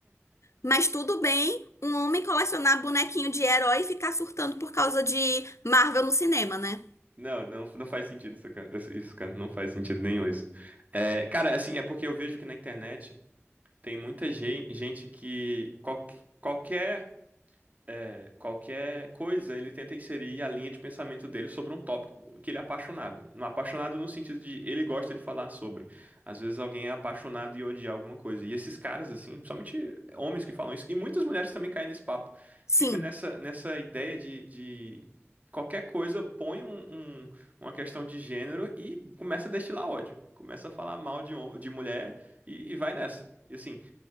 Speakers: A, on the left (about 85°); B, on the right (about 35°).
A: Mas tudo bem um homem colecionar bonequinho de herói e ficar surtando por causa de Marvel no cinema, né?
B: Não, não, não faz sentido isso, cara. Isso, isso, cara, não faz sentido nenhum isso. É, cara, assim, é porque eu vejo que na internet tem muita gen- gente que qual- qualquer, é, qualquer coisa, ele tenta inserir a linha de pensamento dele sobre um tópico que ele é apaixonado. Não apaixonado no sentido de ele gosta de falar sobre. Às vezes alguém é apaixonado e odia alguma coisa. E esses caras, assim, principalmente homens que falam isso, e muitas mulheres também caem nesse papo.
A: Sim,
B: Fica nessa, nessa ideia de, de qualquer coisa põe um- um- uma questão de gênero e começa a destilar ódio. Começa a falar mal de, hom- de mulher e, e vai nessa. E assim,